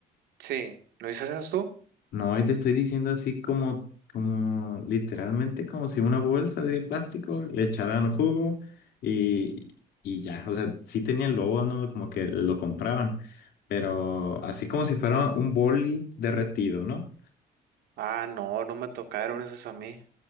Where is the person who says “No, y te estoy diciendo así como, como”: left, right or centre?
Left